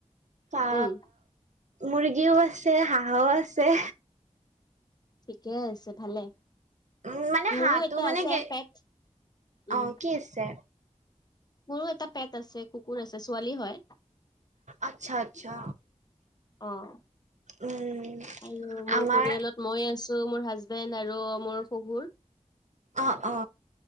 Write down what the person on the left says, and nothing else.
উম,
ঠিকে আছে ভালে।
মোৰো
এটা আছে
পেট উম।
মোৰো এটা পেট আছে, কুকুৰ আছে। ছোৱালী হয়।
অ',
আৰু মোৰ
পৰিয়ালত মই আছো মোৰ হাজবেণ্ড আৰু মোৰ শহুৰ।